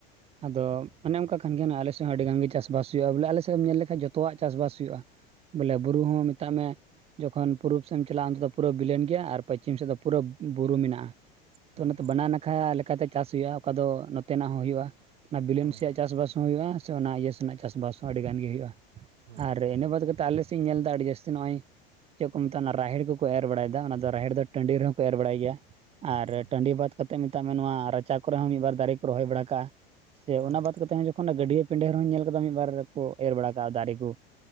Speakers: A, on the right; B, on the right.
A: ᱟᱫᱚ ᱚᱱᱮ ᱚᱱᱠᱟ ᱠᱟᱱ ᱜᱮᱭᱟ ᱟᱞᱮ ᱥᱮᱫ ᱦᱚᱸ ᱟᱹᱰᱤ ᱜᱟᱱᱜ ᱜᱮ ᱪᱟᱥᱵᱟᱥ ᱦᱩᱭᱩᱜᱼᱟ ᱵᱚᱞᱮ ᱟᱞᱮ ᱥᱮᱫ ᱮᱢ ᱧᱮᱞ ᱞᱮᱠᱷᱟᱱ ᱡᱚᱛᱚᱣᱟᱜ ᱪᱟᱥᱵᱟᱥ ᱦᱩᱭᱩᱜᱼᱟ᱾ ᱵᱚᱞᱮ ᱵᱩᱨᱩ ᱦᱚᱸ ᱢᱮᱛᱟᱜ ᱢᱮ ᱡᱚᱠᱷᱚᱱ ᱯᱩᱨᱩᱵ ᱥᱮᱫ ᱮᱢ ᱪᱟᱞᱟᱜᱼᱟ ᱚᱱᱛᱮ ᱫᱚ ᱯᱩᱨᱟᱹ ᱵᱤᱞᱟᱹ ᱜᱮᱭᱟ ᱟᱨ ᱯᱚᱥᱪᱤᱢ ᱥᱮᱫ ᱫᱚ ᱯᱩᱨᱟᱹ ᱵᱩᱨᱩ ᱢᱮᱱᱟᱜᱼᱟ᱾
B: ᱦᱩᱸ
A: ᱛᱚ ᱚᱱᱟ
B: ᱦᱩᱸ
A: ᱛᱮ ᱵᱟᱱᱟ ᱱᱟᱠᱷᱟ ᱞᱮᱠᱟᱛᱮ ᱪᱟᱥ ᱦᱩᱭᱩᱜᱼᱟ ᱚᱠᱟ ᱫᱚ ᱱᱚᱛᱮᱱᱟᱜ ᱦᱚᱸ ᱦᱩᱭᱩᱜᱼᱟ ᱚᱱᱟ ᱵᱤᱞᱟᱹᱱ
B: ᱦᱩᱸ
A: ᱥᱮᱭᱟᱜ
B: ᱦᱩᱸ
A: ᱪᱟᱥᱵᱟᱥ ᱦᱩᱭᱩᱜ-ᱟ ᱥᱮ ᱚᱱᱟ ᱤᱭᱟᱹ ᱥᱮᱱᱟᱜ ᱪᱟᱥᱵᱟᱥ ᱦᱚᱸ ᱟᱹᱰᱤ ᱜᱟᱱ ᱜᱮ ᱦᱩᱭᱩᱜ-ᱟ
B: ᱦᱩᱸ
A: ᱟᱨ ᱤᱱᱟᱹ ᱵᱟᱫ ᱠᱟᱛᱮ ᱛᱚ ᱟᱞᱮ ᱥᱮᱫ ᱤᱧ ᱧᱮᱞ ᱮᱫᱟ ᱟᱹᱰᱤ ᱡᱟᱹᱥᱛᱤ ᱱᱚᱜ-ᱚᱭ ᱪᱮᱜ ᱠᱚ ᱢᱮᱛᱟᱜᱼᱟ ᱨᱟᱦᱤᱲ ᱠᱚᱠᱚ ᱮᱨ ᱵᱟᱲᱟᱭᱫᱟ ᱚᱱᱟ ᱫᱚ ᱨᱟᱦᱤᱲ ᱫᱚ ᱴᱟᱺᱰᱤ ᱨᱮᱦᱚᱸ ᱠᱚ ᱮᱨ ᱵᱟᱲᱟᱭ ᱜᱮᱭᱟ᱾ ᱟᱨ
B: ᱦᱩᱸ ᱦᱩᱸ
A: ᱴᱟᱺᱰᱤ ᱵᱟᱫ ᱠᱟᱛᱮᱫ ᱢᱮᱛᱟᱜ ᱢᱮ ᱱᱚᱣᱟ ᱨᱟᱪᱟ ᱠᱚᱨᱮ ᱦᱚᱸ ᱢᱤᱫᱵᱟᱨ ᱫᱟᱨᱮ ᱠᱚ ᱨᱚᱦᱚᱭ ᱵᱟᱲᱟ ᱠᱟᱜᱼᱟ᱾ ᱥᱮ
B: ᱦᱩᱸ
A: ᱚᱱᱟ ᱵᱟᱫ ᱠᱟᱛᱮ ᱦᱚᱸ ᱡᱚᱠᱷᱚᱱ ᱜᱟᱹᱰᱭᱟᱹ ᱯᱤᱸᱰᱟᱹ ᱨᱮᱦᱚᱸ ᱧᱮᱞ ᱠᱟᱫᱟ ᱢᱤᱫᱵᱟᱨ ᱠᱚ ᱮᱨ ᱵᱟᱲᱟ ᱠᱟᱜᱼᱟ ᱫᱟᱨᱮ ᱠᱚ᱾